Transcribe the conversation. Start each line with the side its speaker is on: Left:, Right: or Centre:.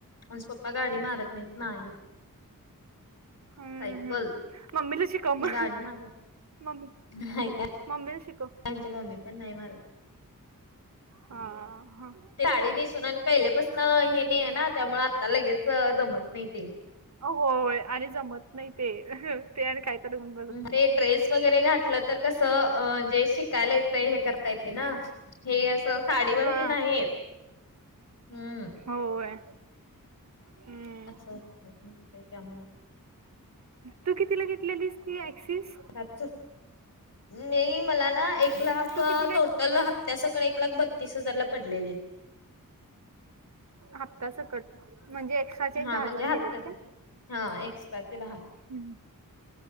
Left: आमचं पप्पा गाडी मारत नाहीत नाही.
Right: हम्म
Left: सायकल
Right: हम्म मम्मीला शिकव मग
Left: गाडी मारत
Right: मम्मी
Left: <unintelligible>
Right: मम्मीला शिकव.
Left: आमची मम्मी पण नाही मारत.
Right: हा. हा.
Left: ते साडी नेसून आणि पहिल्यापासंन हे नाही आहे ना, त्यामुळे आत्ता लगेच जमत नाही ते.
Right: होय आणि जमत नाही ते. ते आणि काय तर घे
Left: ते ड्रेस वगैरे घाातलं तर कसं जे शिकायला येतय हे करतं पाहिजे ना हे असं साडीवरती
Right: हा
Left: नाही येत हम्म.
Right: होय. हम्म
Left: असं <unintelligible> त्यामुळं
Right: तू कितीला घेतलेलीस ती ऍक्सिस?
Left: आता चल. नाही मला ना एक लाख
Right: तू कितीला
Left: टोटल त्या सकट एक लाख बत्तीस हजार ला पडलेली.
Right: हप्त्या सकट म्हणजे? एक्स्ट्राचे एक
Left: हा
Right: दहा
Left: म्हणजे,
Right: हजार
Left: हप्तचा
Right: गेलेत का
Left: हा एक्स्पेक्टेड दहा
Right: हंम्म.